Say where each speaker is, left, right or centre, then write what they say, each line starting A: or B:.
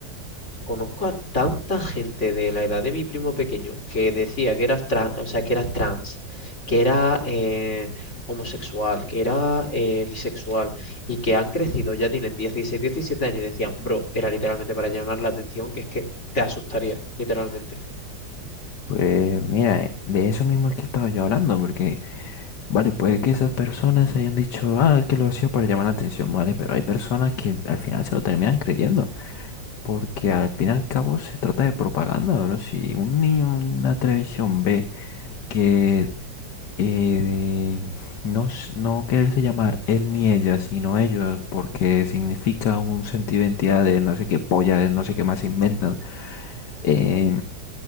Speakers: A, on the left; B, on the left.
A: Conozco a tanta gente de la edad de mi primo pequeño que decía que era trans, o sea, que era trans, que era eh, homosexual, que era eh, bisexual y que han crecido, ya tienen 16, 17 años y decían, bro, era literalmente para llamar la atención, que es que te asustaría, literalmente.
B: Pues mira, eh, de eso mismo es que estaba yo hablando, porque, vale, puede que esas personas hayan dicho, ah, es que lo hacía para llamar la atención, vale, pero hay personas que al final se lo terminan creyendo. Porque al fin y al cabo se trata de propaganda, bro. Si un niño en una televisión ve que eh, no, s- no quererse llamar él ni ella, sino ellos, porque significa un sentido de identidad de no sé qué polla, de no sé qué más se inventan. eh,